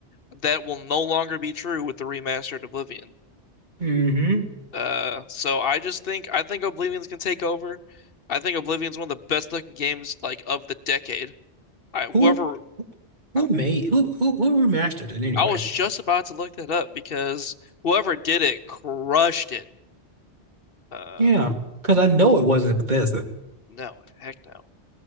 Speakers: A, on the left; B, on the right.
A: That will no longer be true with the remastered Oblivion.
B: hmm
A: Uh, so I just think I think Oblivion's can take over. I think Oblivion's one of the best looking games like of the decade. I whoever
B: Who who
A: huh?
B: made who who who remastered it anyway?
A: I was just about to look that up because whoever did it crushed it. Uh,
B: Yeah, because I know it wasn't Bethesda.
A: no, heck no.